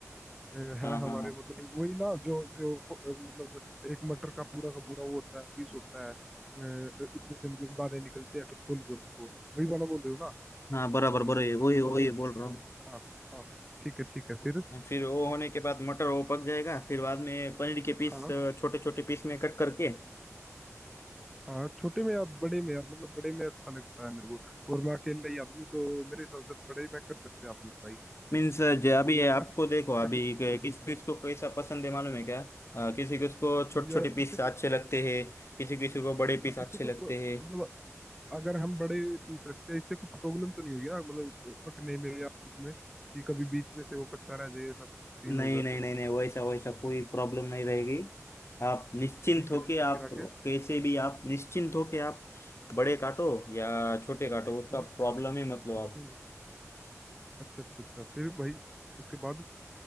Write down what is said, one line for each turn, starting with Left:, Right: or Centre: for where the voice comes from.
Centre: अ,
Left: हाँ
Centre: है हमारे
Left: हाँ हाँ
Centre: मतलब वही ना जो जो अ, मतलब एक मटर का पूरा का पूरा वो होता है पीस होता है अ, उसमें से मतलब दाने निकलते हैं फिर खोल के उसको वही वाला बोल रहे हो ना
Left: हाँ बराबर बराबर वही वही बोल रहा हूँ
Centre: हाँ हाँ ठीक है ठीक है फिर
Left: फिर वो होने के बाद मटर वो पक जाएगा फिर बाद में पनीर के पीस
Centre: हाँ
Left: छोटे छोटे पीस में कट करके
Centre: हाँ छोटे में या बड़े में यार मतलब बड़े में अच्छा लगता है मेरे को और मैं अकेला ही आदमी हूँ, तो मेरे हिसाब से बड़े में कर सकते हैं अपन ट्राई
Left: मीन्स जो अभी ये आपको
Centre: है ना
Left: देखो अभी
Centre: या कोई
Left: के- किस किस को कैसा पसंद है मालूम है क्या अ, किसी को उसको छोटे
Centre: या
Left: छोटे पीस
Centre: इससे कोई
Left: अच्छे लगते हैं किसी किसी को बड़े
Centre: हाँ,
Left: पीस अच्छे
Centre: इससे कोई
Left: लगते
Centre: प्रो-
Left: हैं
Centre: मतलब अगर हम बड़े पीस रखते हैं इससे कुछ प्रॉब्लम तो नहीं होगी ना मतलब पकने में या उसमें कि कभी बीच में से वो कच्चा रह जाए ऐसा कुछ सीन
Left: नहीं
Centre: हो जाते
Left: नहीं
Centre: हैं
Left: नहीं नहीं वैसा वैसा कोई प्रॉब्लम नहीं रहेगी आप निश्चिंत
Centre: ठीक
Left: होके
Centre: है ठीक है
Left: आप
Centre: फिर आगे
Left: कैसे भी आप निश्चिंत होके आप बड़े काटो या छोटे काटो उसका
Centre: हम्म
Left: प्रॉब्लम ही मतलब आप
Centre: हम्म, अच्छा अच्छा अच्छा फिर भाई उसके बाद